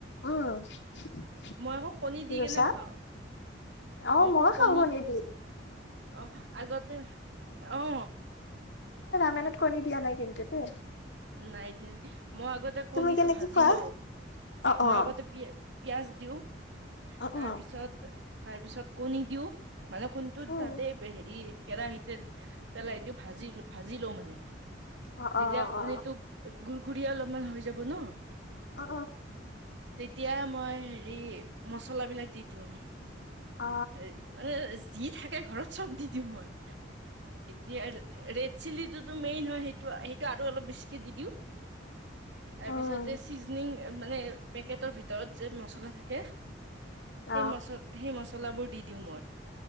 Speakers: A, on the left; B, on the right.
A: উম,
B: মই আকৌ, কণী
A: কি
B: দি
A: কৈছা
B: কেনে খাওঁ
A: অ
B: মই আকৌ
A: মইও
B: কণী,
A: খাওঁ দি
B: অ', আগতে অ
A: ম কণী দিয়া নাই কিন্তু দেই
B: নাই দিয়া, মই আগতে
A: তুমি
B: কণীটো
A: কেনেকে
B: ভাজি
A: খোৱা
B: লো
A: অ অ
B: মই আগতে পিয়াজ দিওঁ,
A: অ অ
B: তাৰপিছত তাৰপিছত কণী দিওঁ মানে, <unintelligible>
A: উম
B: তাতে হেৰি কেৰাহিতে পেলাই দি ভাজি ভাজি লওঁ মানে
A: অ অ
B: যেতিয়া কণীটো,
A: অ
B: গুৰ ঘুৰি অলপমান হৈ যাব ন
A: অ,,
B: তেতিয়া মই হেৰি মছলাবিলাক দি দিওঁ
A: অ,
B: এ, যি থাকে ঘৰত চব দি দিওঁ মই এতিয়া ৰেড চিলিটো তো মেইন হয়, সেইটো সেইটো আৰু অলপ বেছিকৈ দি দিওঁ। তাৰ
A: উম
B: পাছতে চিজনিঁ মানে পেকেটৰ ভিতৰত যে মছলা থাকে
A: অ
B: সেই মচলা সেই মচলা পচলাবোৰ দি দিওঁ মই